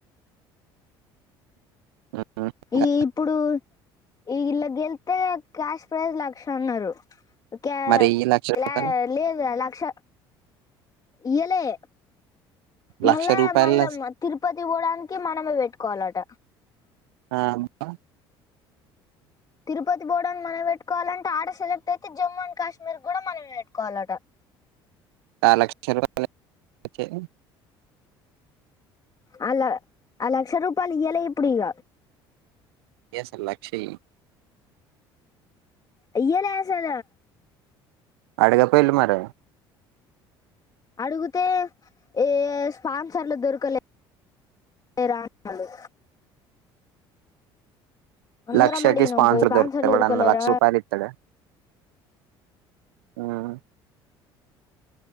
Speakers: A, on the right; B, on the left.
A: ఉహు ఇంకా
B: ఈ ఇప్పుడు ఈ ఇల్ల గెల్తే క్యాష్ ప్రైజ్ లక్షన్నరు. క్యా
A: మరి ఈ లక్ష
B: క్లా
A: రూపాయలు
B: లేదు లక్ష ఇయ్యలే మళ్ళా
A: లక్ష రూపాయల
B: మళ్ళ మ తిరుపతి బోడానికి మనమే బెట్టుకోవాలట.
A: ఆవునా
B: తిరుపతి బోవడానికి మనమే పెట్టుకోవాలంట, ఆడ సెలెక్టయితే జమ్మూ అండ్ కాశ్మీర్ గ్గుడా మనమే బెట్టుకోవాలట.
A: ఆ లక్ష రూపాయలు <unintelligible> దెచ్చేది
B: ఆల ఆ లక్ష రూపాలు ఇయ్యాలే ఇప్పుడిగ
A: ఎస్ అల్లక్షయ్
B: ఇయ్యలే అసలు
A: అడగపోయిళ్ళు మరే
B: అడుగుతే ఏ స్పాన్సర్లు దొరకలే. రాణాలు అందరం
A: లక్షకి
B: అడిగినాం
A: స్పాన్సర్
B: పోయి స్పాన్సర్లు
A: దొరకుతె ఎవ్వడన్న
B: దొరకలేరా
A: లక్ష రూపాయలు ఇత్తడా? ఉమ్